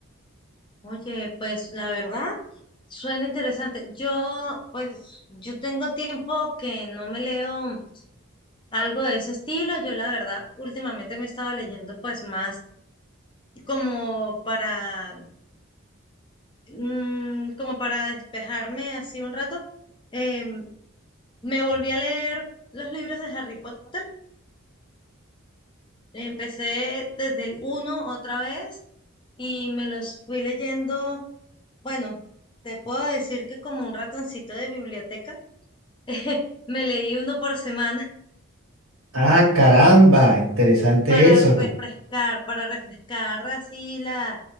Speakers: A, on the left (about 20°); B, on the right (about 70°).
A: Oye, pues la verdad, suena interesante. Yo, pues, yo tengo tiempo que no me leo algo de ese estilo. Yo, la verdad, últimamente me estaba leyendo, pues, más como para, mm, como para despejarme así un rato. Eh, me volví a leer los libros de Harry Potter. Empecé desde el uno otra vez y me los fui leyendo, bueno, te puedo decir que como un ratoncito de biblioteca, <laughs> me leí uno por semana <laughs>
B: Ah, caramba, interesante
A: para
B: eso.
A: refrescar, para refrescar así la,